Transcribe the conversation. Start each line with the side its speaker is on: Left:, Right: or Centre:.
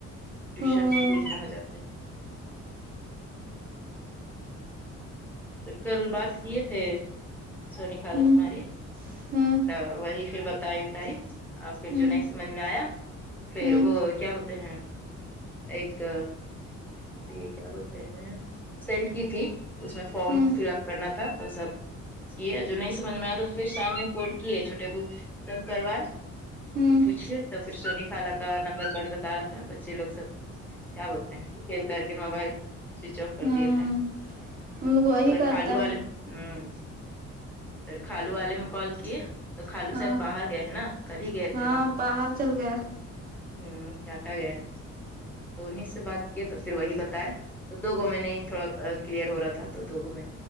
Centre: ٹیوشن
Right: ہاں
Centre: میں بھی اپنا ہو جاتے ہیں کل بات کیے تھے سونی کالس
Right: ہوں
Centre: تماری
Right: ہوں
Centre: تو وہی پھر بتائی اتائی اور پھر
Right: ہوں
Centre: جنید سے ملنے آیا پھر
Right: ہوں
Centre: وہ کیا بولتے ہیں ایک یہ کیا بولتے ہیں سینڈ کی تھی اس میں فارم
Right: ہوں
Centre: فل اپ کرنا تھا تو سب یہ جو نہیں سمجھ میں آیا تو پھر شام میں فون کیے چھوٹے ابو تب کروائے
Right: ہوں
Centre: پوچھیے تو پھر سونی خالا کا نمبر بن بتا رہا تھا بچے لوگ سب کیا بتاۓ پھر کر کے موبائل سوئچ آف کر
Right: ہوں
Centre: دیے تھے
Right: ان لوگ وہی
Centre: تو
Right: کرتا
Centre: کالو والے
Right: ہے
Centre: ھممم پھر کالو والے نے کال کیے تو خالو
Right: ہاں
Centre: شاید باہر گئے ہیں نہ کل ہی گئے
Right: ہاں
Centre: تھے نا
Right: باہر چل گیا
Centre: ہممم چاٹا گیا ہے تو انہیں سے بات کیے تو پھر وہی بتاائے تو دوگو میں نے تھوڑا کلیئر ہو رہا تھا تو دوگوں میں